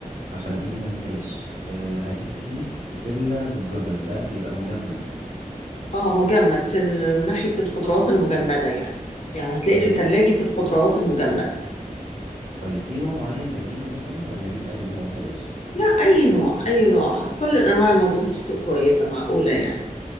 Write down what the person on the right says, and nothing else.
عشان ايه منساش أه هجيب كيس بسلة بالجزر ده بيبقى مجمد
طيب
طيب في نوع معين بجيبه مثلا ولا اجيب اي نوع وخلاص